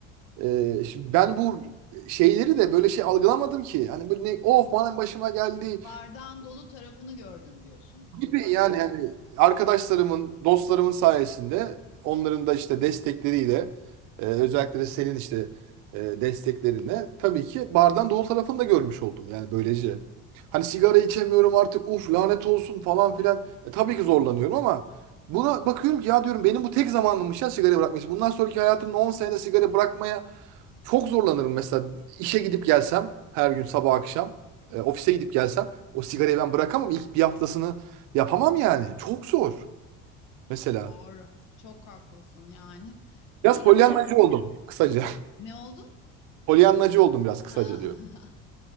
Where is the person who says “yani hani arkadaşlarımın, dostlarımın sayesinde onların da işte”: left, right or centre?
Right